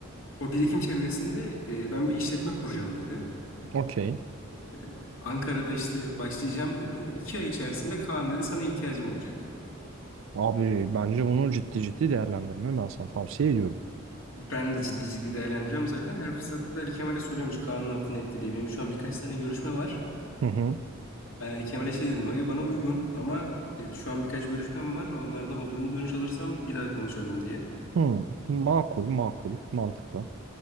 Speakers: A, on the left (about 85°); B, on the right (about 70°).
A: O birikim çevresinde e, ben bir işletme kuracağım dedi.
B: Okey.
A: E, Ankara'da işte başlayacağım dedi. İki ay içerisinde Kaan dedi sana ihtiyacım olacak.
B: Abi bence bunu ciddi ciddi değerlendirme ben sana tavsiye ediyorum.
A: Ben de ciddi ciddi değerlendiriyorum zaten. Her fırsatta da Ali Kemal'e soruyormuş Kaan ne yaptı ne etti diye. Benim şu an birkaç tane görüşme var.
B: Hı hı.
A: Ben Ali Kemal'e şey dedim abi bana uygun ama e, şu an birkaç görüşmem var. Onlardan olumlu dönüş alırsam bir daha konuşalım diye.
B: Hı. Makul, makul, mantıklı.